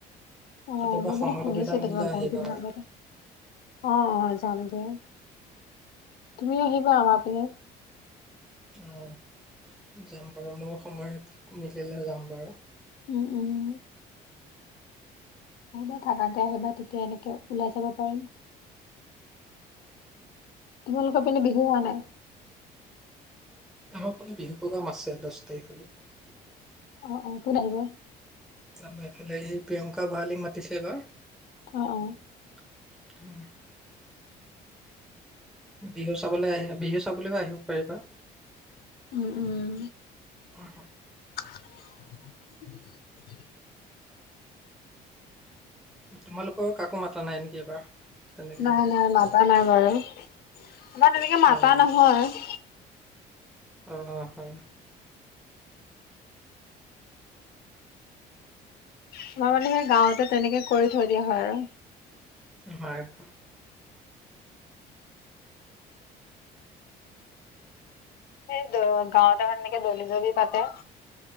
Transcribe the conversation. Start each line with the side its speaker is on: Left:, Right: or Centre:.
Left: অ
Centre: কেতিয়াবা
Left: মই মানে
Centre: সময়
Left: শুনি
Centre: সুবিধা
Left: <inaudible>
Centre: মিলিলে
Left: তোমাৰ বহুত
Centre: আহিবা
Left: দিনৰ
Centre: আৰু
Left: আগতে অ অ যাম দিয়া তুমি আহিবা আমাৰপিনে
Centre: অঁ যাম বাৰু মইও সময়ত মিলিলে যাম বাৰু
Left: উম-উম আহিবা থাকাকে আহিবা তেতিয়া এনেকে ওলাই চাব পাৰিম তোমালোকৰ পিনে বিহু হোৱা নাই?
Centre: আমাৰ ফালে বিহু প্ৰগ্ৰাম আছে দহ তাৰিখলৈ
Left: অ-অ কোন আহিব?
Centre: এইফালে এই প্ৰিয়ংকা ভৰালিক মাতিছে এইবাৰ
Left: অ-অ
Centre: <inaudible> বিহু চাবলৈ <inaudible> বিহু চাবলৈও আহিব পাৰিবা
Left: উম-উম
Centre: আহ
Left: <inaudible>
Centre: তোমালোকৰ কাকো মাতা নাই নেকি এবাৰ? তেনেকে?
Left: নাই নাই মাতা নাই বাৰু আমাৰ তেনেকে মাতা
Centre: অঁ
Left: নহয় <inaudible>
Centre: অ হয়
Left: তাৰ মানে সেই গাঁৱতে তেনেকে কৰি থৈ দিয়া হয় আৰু
Centre: হয় <inaudible>
Left: সেই <inaudible> গাঁৱতে <inaudible> <inaudible> দলি জলি পাতে